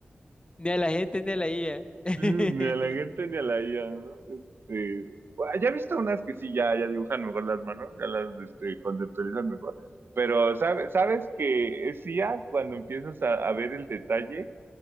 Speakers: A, on the left; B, on the right.
A: a la gente ni a la IA. <laughs>
B: Mm, Ni a la gente ni a la IA, ¿no? Este, bueno, ya he visto unas que sí, ya, ya dibujan mejor las manos, ya las este, conceptualizan mejor, pero sabe- sabes que es I a cuando empiezas a, a ver el detalle